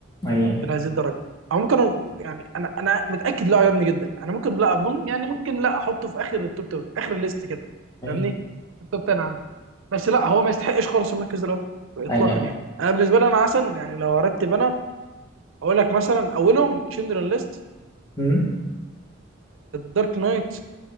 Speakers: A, on the left; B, on the right.
A: ايوه
B: الى هذه الدرجه او ممكن أ- يعني انا انا متاكد لا عجبني جدا انا ممكن لا اظن يعني ممكن لا احطه في اخر التوب 10 اخر الليست كده
A: ايوه
B: فاهمني التوب 10 عندي بس لا هو ما يستحقش خالص المركز ده الاول اطلاقا
A: ايوه
B: يعني انا بالنسبه لي انا عسل يعني لو ارتب انا اقول لك مثلا اولهم تشندرن ليست
A: أمم.
B: دارك نايت